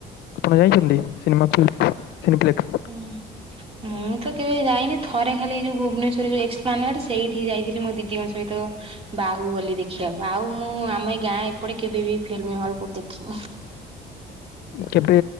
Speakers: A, on the left; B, on the right.
A: ଆପଣ ଯାଇଛନ୍ତି <unintelligible> ସିନିପ୍ଲେକ୍ସ
B: ହୁଁ ଉଁ ମୁଁ ତ କେବେ ଯାଇନି, ଥରେ ଖାଲି ଯୋଉ ଭୁବନେଶ୍ୱରରେ ଯୋଉ ଏକ୍ସପ୍ଲାନର ସେଇଠି ଯାଇଥିଲି ମୋ ଦିଦିଙ୍କ ସହିତ ବାହୁ ବଲି ଦେଖିବାକୁ ଆଉ ମୁଁ ଆମ ଏ ଗାଁ ଏପଟେ କେବେ ବି ଫିଲ୍ମ ହଲ କୋଉଠି ଦେଖିନି।
A: କେବେ?